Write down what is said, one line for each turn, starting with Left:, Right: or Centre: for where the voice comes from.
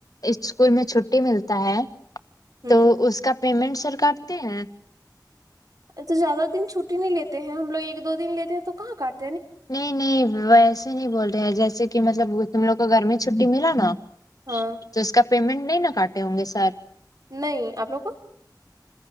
Left: اسکول میں چھٹی ملتا ہے
Right: ہوں
Left: تو اس کا پیمنٹ سر کاٹ تے ہیں
Right: تو زیادہ دن چھٹی نہیں لیتے ہیں ہم لوگ ایک دو دن لیتے ہیں تو کہاں کاٹ
Left: نہیں نہیں ویسے نہیں بول رہے ہیں جیسے کہ مطلب تم لوگ کو گرمی چھٹی ملا نا
Right: ہاں
Left: تو اس کا پیمنٹ نہیں نا کاٹے ہوں گے سر
Right: نہیں آپ لوگ کا